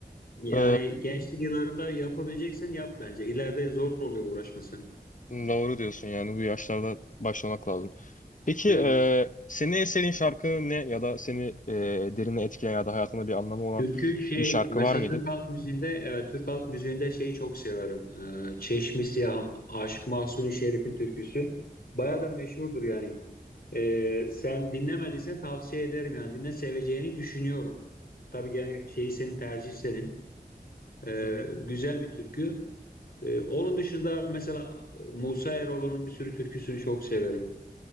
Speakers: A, on the left; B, on the left.
A: Yani
B: E,
A: gençlik yıllarında yapabileceksen yap bence. İleride zor oluyor uğraşması.
B: doğru diyorsun yani bu yaşlarda başlamak lazım. Peki
A: Evet.
B: e, senin en sevdiğin şarkı ne ya da seni e, derine etkileyen ya da hayatında bir anlamı olan
A: Türkü şey
B: bir şarkı
A: mesela
B: var mıydı?
A: Türk halk müziğinde e, Türk halk müziğinde şeyi çok severim. E, Çeşmi Siyahım, Aşık Mahzuni Şerif'in türküsü. Bayağı da meşhurdur yani. E, sen dinlemediysen tavsiye ederim yani. Dinle seveceğini düşünüyorum. Tabii gene şeyi senin tercih senin. E,
B: Hı hı.
A: güzel bir türkü. E, onun dışında mesela e, Musa Eroğlu'nun bir sürü türküsünü çok severim.